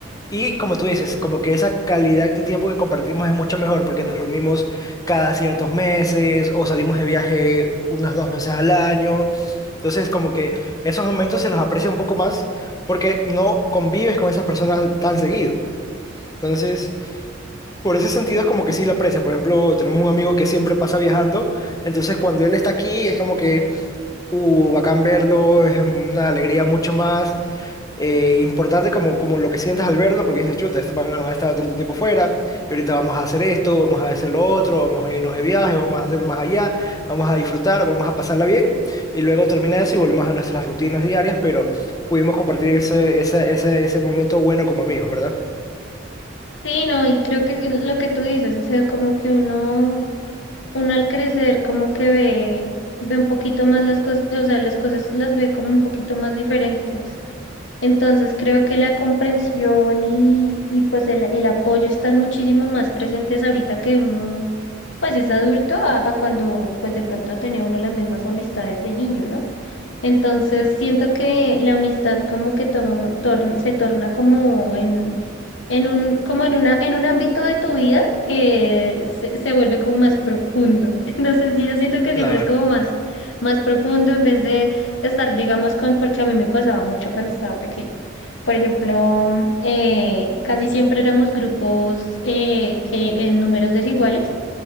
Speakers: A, on the left (about 20°); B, on the left (about 70°).
A: y como tú dices, como que esa calidad de tiempo que compartimos es mucho mejor porque nos reunimos cada ciertos meses o salimos de viaje unas dos veces al año. Entonces, como que esos momentos se los aprecia un poco más porque no convives con esas personas tan seguido. Entonces, por ese sentido es como que sí lo aprecia. Por ejemplo, tenemos un amigo que siempre pasa viajando, entonces cuando él está aquí es como que, uh, bacán verlo, es una alegría mucho más eh, importante como, como lo que sientas al verlo, porque dices, chuta, este man ha estado tanto tiempo fuera, y ahorita vamos a hacer esto, vamos a hacer lo otro, vamos a irnos de viaje, vamos a hacer más allá, vamos a disfrutar, vamos a pasarla bien, y luego termina eso y volvemos a nuestras rutinas diarias, pero pudimos compartir ese, esa- ese ese momento bueno como amigos, ¿verdad?
B: Sí, no, y creo que lo que tú dices, o sea, como que uno... Uno al crecer como que ve, ve un poquito más las cosas, o sea, las cosas las ve como un poquito más diferentes. Entonces creo que la comprensión y, y pues el, el apoyo están muchísimo más presentes ahorita que uno pues es adulto a, a cuando pues de pronto tenía uno las mismas amistades de niño, ¿no? Entonces siento que la amistad como que tor- torn- se torna como en, en un, como en una, en un ámbito de tu vida que se, se vuelve como más profundo. <laughs> Entonces yo siento que
A: Claro.
B: siempre es como más, más profundo en vez de estar, digamos, con, porque a mí me pasaba mucho cuando estaba pequeña. Por ejemplo, eh, casi siempre éramos grupos eh, que en números desiguales.